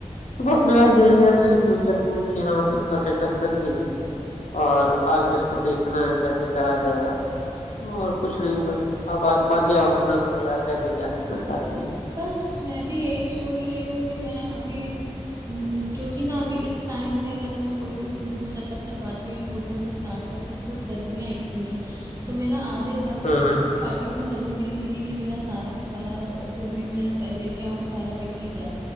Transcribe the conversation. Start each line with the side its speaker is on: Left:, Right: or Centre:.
Left: तो बस मेरा यही है मतलब कि फ्यूचर गोल कि हाँ खुद का सेटअप करके और आगे उसको देखना है कैसे करा जाएगा और कुछ नहीं बस आप आ- बाकी आप अपना बताइए आप कैसे क्या करना चाहती है
Right: बस मैं भी यही सोच रही हूँ कि मैं अभी हम्म, क्योंकि ना अभी इस टाइम पे अगर मैं कोई भी फूड सेटअप लगाती हूँ या फूड बिजनेस स्टार्ट करती हूँ बिकॉज गर्मियाँ इतनी हैं तो मेरा आधे से ज्यादा
Left: हाँ
Right: स्टार्टिंग
Left: हाँ
Right: में जरूरी नहीं है कि मेरा सारा का सारा जो भी मैं अ, लेके आऊँ वो सारा बिक ही जाए